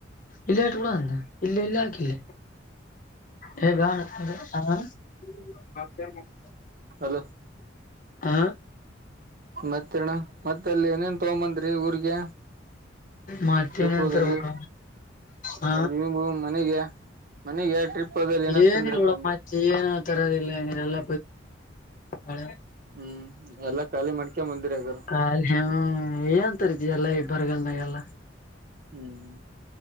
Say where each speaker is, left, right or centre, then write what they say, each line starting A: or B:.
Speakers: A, on the left (about 45°); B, on the right (about 50°).
A: ಇಲ್ಲ ಆಟ್ ಕೂಡ ಅಂದ ಇಲ್ಲಿ ಇಲ್ಲ ಹಾಕಿಲ್ಲ ಹೇಗ ಹ
B: ಹಲ
A: ಹ
B: ಮತ್ತಣ ಮತ್ತ ಅಲ್ಲಿ ಏನೇನ್ ತಗೊಂಬಂದರಿ ಊರ್ಗೆ
A: ಮಾಡ್ತೇನೆ
B: ಟ್ರಿಪ್ ಹೋದಲ್ಲಿ
A: ಅಂತ ಇರ್ಬೇಕ ಹ
B: ಅವ ಇ ಮನೆಗೆ ಮನೆಗೆ ಟ್ರಿಪ್ ಹೋದಲ್ಲಿ ಏನಂತಂದ್ರಪ್ಪ
A: ಏನ ಇಿಲ್ಲೋಡ
B: ಅಂದೆ
A: ಮಾಿ ಏನು ತರೋದಿಲ್ಲರೆಲ್ಲ ಬಳ
B: ಹ್ಮ್ ಎಲ್ಲಾ ಖಾಲಿ ಮಡ್ಕೆ ಬಂದಿರ ಅದಾರ
A: ಖ ಏ <unintelligible> ಅಂತಾರ ಎಲ್ಲಾ ಇ ಬರಗನಾಗ ಎಲ್ಲ
B: ಹ್ಮ್